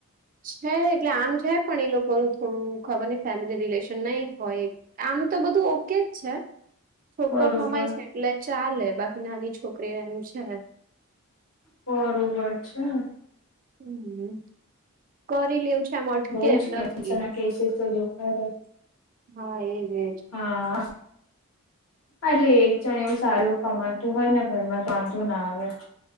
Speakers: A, on the right; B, on the left.
A: છે એટલે આમ છે પણ એ લોકો થોડું ખબર નહ ફેમિલી રિલેશન નહી હોય આમ તો બધું ઓકે જ છે. છોકરો
B: બરોબર
A: કમાય છે એટલે ચાલે બાકી નાની છોકરી એમ છેને
B: બરોબર છે.
A: હમ્મ કરી લેવ છ કે એમ અટકે
B: બઉ જ
A: નથી
B: કેન્સર ના કેસીસ તો દેખાય જ
A: હા એજ એજ
B: હા. એટલે એક જણ એવું સારું કમાતું હોય ને ઘરમાં તો વાંધો ના આવે